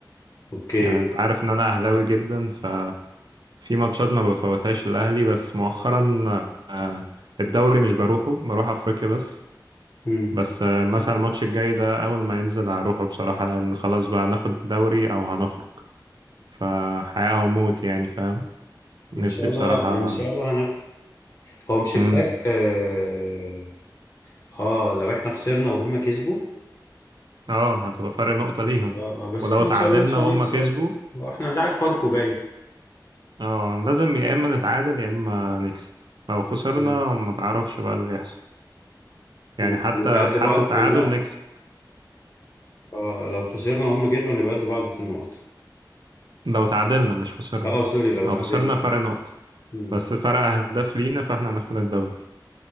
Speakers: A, on the left (about 40°); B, on the right (about 70°).
A: اوكي
B: يعني انت عارف ان انا اهلاوي جدا ف في ماتشات ما بفوتهاش الأهلي بس مؤخرا آه، الدوري مش بروحه بروح أفريقيا بس
A: امم
B: بس آه، مثلا الماتش الجاي ده أول ما ينزل هروحه بصراحة لأن خلاص بقى ناخد الدوري أو هنخرج فحياة أو موت يعني فاهم نفسي
A: ان شاء الله
B: بصراحة
A: ان شاء الله هنخ... هو مش
B: مم.
A: الفرق اه, آه لو احنا خسرنا وهم كسبوا
B: اه هتبقى فرق نقطة ليهم
A: آه آه، بس
B: ولو
A: احنا
B: تعادلنا
A: ان شاء الله مش هنخسر
B: وهم كسبوا
A: احنا هنلعب فاركو باين
B: اه لازم يا إما نتعادل يا إما نكسب لو خسرنا
A: امم
B: ما تعرفش بقى اللي يحصل يعني
A: امم
B: حتى
A: هنبقى قد
B: في حالة
A: بعض
B: التعادل
A: في النقط
B: نكسب
A: آه لو خسرنا وهم كسبوا هنبقى قد بعض في النقط
B: لو تعادلنا مش خسرنا
A: اه سوري لو
B: لو
A: تعادلنا
B: خسرنا فرق نقط
A: مم.
B: بس فرق أهداف لينا فاحنا هناخد الدوري